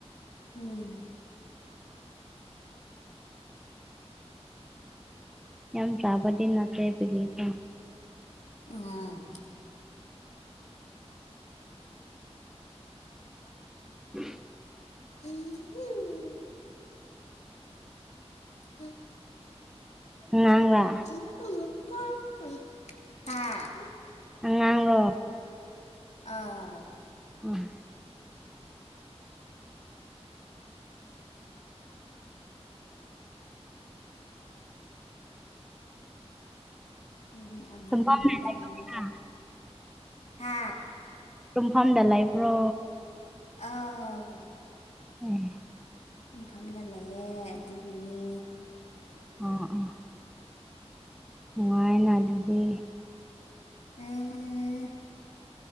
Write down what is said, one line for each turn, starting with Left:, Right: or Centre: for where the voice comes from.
Left: ꯎꯝ
Centre: ꯌꯥꯝ ꯆꯥꯕꯗꯤ ꯅꯠꯇ꯭ꯔꯦ ꯑꯗꯨꯗꯤꯀꯣ
Left: ꯑꯣ
Centre: <inaudible>
Left: <unintelligible> ꯎꯝ
Centre: ꯑꯉꯥꯡꯔꯥ
Left: <unintelligible> ꯍꯥ
Centre: ꯑꯉꯥꯡꯔꯣ
Left: ꯑꯥ
Centre: ꯎꯝ
Left: ꯅꯣꯏꯒꯤ ꯑꯉꯥꯡꯅꯤ
Centre: ꯇꯨꯝꯐꯝꯗ ꯂꯩꯕ꯭ꯔꯥ
Left: ꯀꯩꯅꯣ ꯇꯧ ꯍꯥ
Centre: ꯇꯨꯡꯐꯝꯗ ꯂꯩꯥꯕ꯭ꯔꯣ
Left: ꯑꯧ
Centre: ꯎꯝ
Left: ꯇꯨꯝꯐꯝꯗ ꯂꯩꯌꯦ ꯑꯗꯨꯒꯤꯅꯦ
Centre: ꯑꯣ ꯑꯣ ꯅꯨꯡꯉꯥꯏꯅꯥ ꯑꯗꯨꯗꯤ
Left: ꯎꯝ